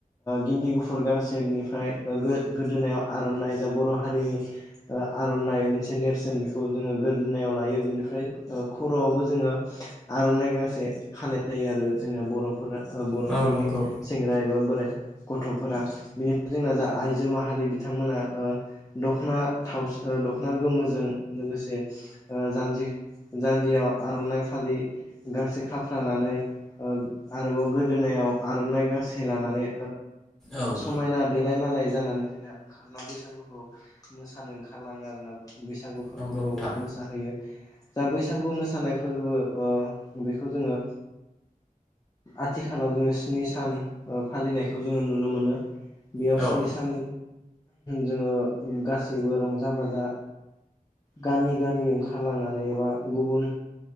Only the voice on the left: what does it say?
गिन्दि गुफुर गांसे बिनिफ्राय गोदोनायाव आर'नाइ जा बर' हारिनि आर'नाइ मोनसे नेरसोन बेखौ जोङो गोरदोनायाव लायो। बिनिफ्राय खर'आवबो जोङो आर'नाइ गांसे खानाय जायो आरो जोंना बर'फोरा बर'फोरनि
सेंग्रा एबा बोराइ गथ'फोरा बिनिफ्राय जोंना जा आइजो माहारि बिथांमोना दख'ना थावसिखौ दख'ना गोमोजों लोगोसे जानजि जान्जियाव आर'नाइ फालि गांसे खाफ्र्रानानै आरोबाव गोदोनाय आर'ना गांसे लानानै
समायना देलाय मालाय जानानै जोंना ओंखारना बैसागुफोरखौ मोसानो ओंखारलाङो आरोना। बैसागु फोरबोखौ
मोसाहोयो। जा बैसागु मोसानाय फोरबो बेखौ जोङो आथिखालाव जोङो स्नि सान फालिनायखौ जोङो नुनो मोनो। बेयाव
स्नि सान जोङो गासैबो रंजा बाजा गामि गामि ओंखारलांयो। एबा गुबुन